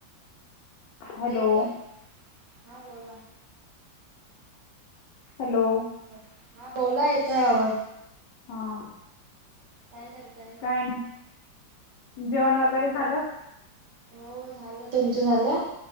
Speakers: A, on the right; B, on the left.
A: आता
B: हॅलो
A: येतोय? <inaudible> हा बोला.
B: हॅलो
A: <inaudible> हा बोला येतोय आवाज.
B: हा.
A: काय करताय?
B: काय नाही. <inaudible> जेवण वगैरे झालं.
A: हो झालं. तुमचं झालं?